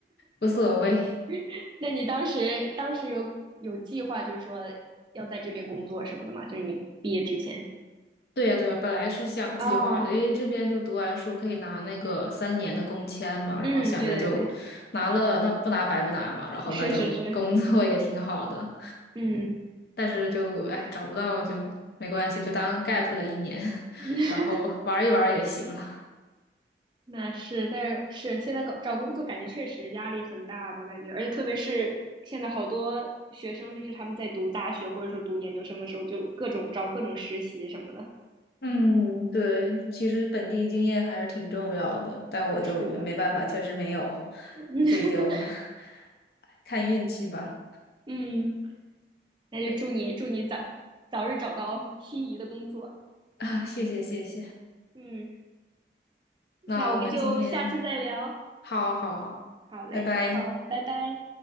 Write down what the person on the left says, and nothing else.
<laughs> 无所谓。
对呀对呀，本来是想计划的，
因为这边就读完书可以拿那个三年的工签嘛，然后想着就拿了，
那不拿白不拿嘛，然后那就
<laughs> 工作也挺好的，
但是就哎找不到就没关系，就当 gap 了一年，<laughs>
然后玩一玩也行了。
嗯，对，其实本地经验还是挺重要的，但我就没办法，
确实没有，
这就 <laughs> 看运气吧。
对
啊，<laughs> 谢谢谢谢，
那我们今天
好好好，
拜拜。